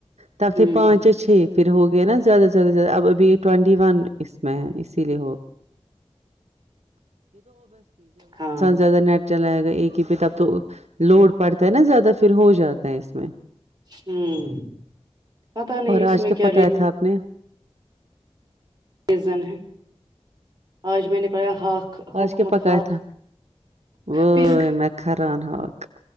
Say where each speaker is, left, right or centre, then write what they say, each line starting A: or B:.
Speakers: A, on the right; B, on the right.
A: تب
B: ہوں
A: پھر پانچ یا چھ پھر ہو گیا نا زیادہ زیادہ زیادہ اب اب ٹوینٹی ون اس میں ہے اسی
B: ہاں
A: <unintelligible> زیادہ نیٹ چلائے گا ایک ہی پہ تب تو لوڈ پڑتا ہے نا زیادہ پھر ہو جاتا ہے اس میں
B: ہوں پتا نہیں
A: اور
B: اس
A: آج
B: میں کیا
A: پکایا
B: ری
A: تھا آپ نے
B: یزن ہے آج میں نے پڑھا ہاک حکمت
A: آج کیا پکایا
B: ہاک
A: تھا وہ
B: پسک
A: میں کران ہق